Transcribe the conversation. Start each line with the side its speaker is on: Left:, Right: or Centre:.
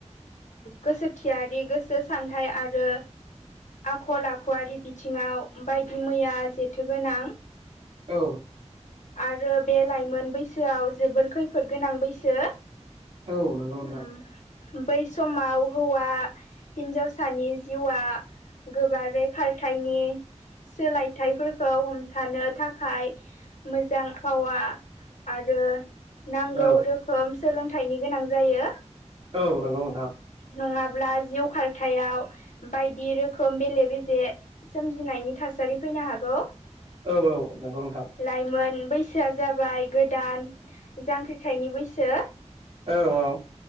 Left: गोसोथियारि गोसो सान्थायाइ आरो आखल आखु खुवारि बिथिङाव बायदि मैया जेथोगोनां
Right: औ
Left: आरो बे लाइमोन बैसोआव जोबोर खैफोद गोनां बैसो
Right: औ नंगौ नोंथां
Left: उ बै समाव हौवा हिनजावसानि जिउआ गोबारै खारथायनि सोलायथाइफोरखौ हमथानो थाखाय मोजां फावा आरो नांगौ
Right: औ
Left: रोखोम सोलोंथाइनि गोनां जायो
Right: औ नंगौ नोंथां
Left: नङाब्ला जिउ खारथायाव बायदि रोखोम बेले बेे नायनि थासारि फैनो हागौ
Right: औ औ नंगौ नोंथां
Left: लाइमोन बा बैसोआ जाबाय गोदान जांख्रिथायनि बैसो
Right: औ औ